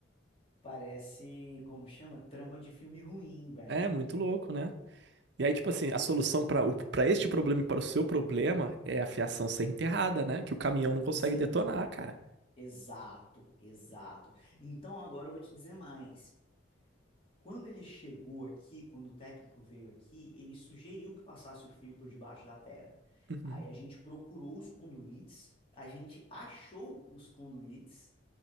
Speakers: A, on the left; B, on the right.
A: Parece, como chama? Trama de filme ruim, velho.
B: É muito louco, né? E aí, tipo assim, a solução para para este problema e para o seu problema é a fiação ser enterrada, né? Que o caminhão não consegue
A: Sim,
B: detonar, cara.
A: exato, exato. Então agora eu vou te dizer mais. Quando ele chegou aqui, quando o técnico veio aqui, ele sugeriu que passasse o fio por debaixo da terra.
B: Uhum.
A: Aí a gente procurou os conduítes, a gente achou os conduítes,